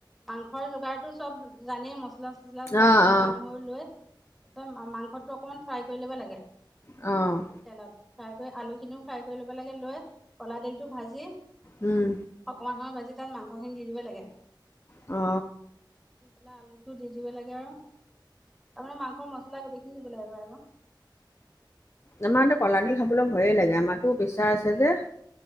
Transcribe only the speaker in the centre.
মাংসৰ যোগাৰতটো চব জানেই, মচলা-চলা চব
আদা
নহৰু লৈ, মাংসটো অকণমান ফ্ৰাই কৰি ল'ব লাগে।
তেলত, ফ্ৰাই কৰি আলুখিনিও ফ্ৰাই কৰি ল'ব লাগে, লৈ কলা দলটো ভাজি
অকমান সময় ভাজি তাত মাংসখিনি দি দিব লাগে।
দি পেলাই আলু টো দি দিব লাগে আৰু। তাপা মাংস মচলায়ে গোটেইখিনি দিব লাগিব আৰু।